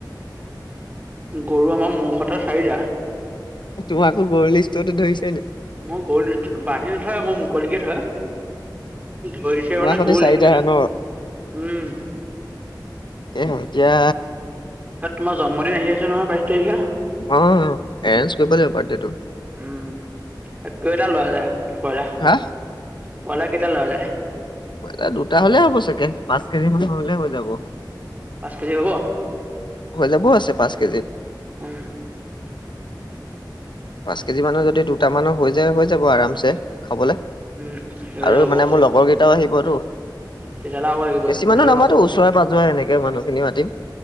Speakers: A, on the right (about 20°); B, on the left (about 80°).
A: গৰু আমাৰ মুখটা চাৰিটা
B: তোম আকৌ গৰু লিষ্টতে ধৰিছে নেকি
A: মই গৰু দি বান্ধি নথয় মই মুকলিকে থয় ধৰিছে
B: তোমাৰ
A: মানে
B: সতে
A: গলছিল
B: চাৰিটা
A: য
B: ন
A: উম
B: স হতিয়া
A: তাত তোমাৰ জন্মদ আহ আছে নহয় বাইশ তাৰিখে
B: অ এৰেঞ্জ কৰিব লাগিব বাৰ্থডটো
A: উম কেইটাম লোৱা যায় কইলা
B: হা
A: কলা কেইদাল ললে
B: কা দুটা হলে হ'ব চাগে পাঁচ কেজি মান হৈলে হৈ যাব
A: পাঁচ কেজি হ'ব
B: হৈ যাবও আছে পাঁচ কেজিত
A: উম
B: পাঁচ কেজি মানৰ যদি দুটামানৰ হৈ যায় হৈ যাব আৰামছে খাবলৈ
A: উম হৈ
B: আৰু
A: যাব বাৰু
B: মানে মোৰ লগৰ কেইটাও আহিবতো
A: তেতিয়াহ'লে আৰু লাগিবচোন
B: বেছি মানুহ
A: লৈ ল'বা
B: নামাতো উচ চৰা বাজোৱা এনেকৈ মানুহখিনি মাতিম